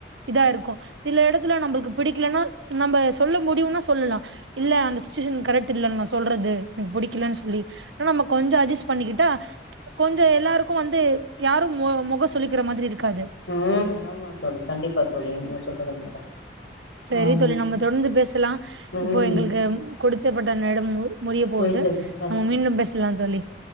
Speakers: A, on the right; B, on the left.
A: இதா இருக்கு சில எடத்துல நம்மளுக்கு பிடிக்கலன்னா நம்ம சொல்ல முடியுன்னா சொல்லலா இல்ல அந்த சுச்சுவேஷன் கரெக்ட் இல்ல நா சொல்றது எனக்கு பிடிக்கலன்னு சொல்லி ஆனா நம்ம கொஞ்சோ அட்ஜஸ்ட் பண்ணிக்கிட்டா கொஞ்சோ எல்லாருக்கு வந்து யாரு மொகோ சுழிக்கிற மாதிரி இருக்காது
B: ம் ஆமா தோழி கண்டிப்பா தோழி நீங்க சொல்றது உண்மதா
A: சரி
B: ஆம்
A: தோழி நம்ம தொடர்ந்து பேசலா
B: ம்
A: இப்போ எங்களுக்கு கொடுத்தப்பட்ட நேரம் முடிய போது
B: முடிந்தது அ,
A: நம்ம மீண்டும் பேசலா தோழி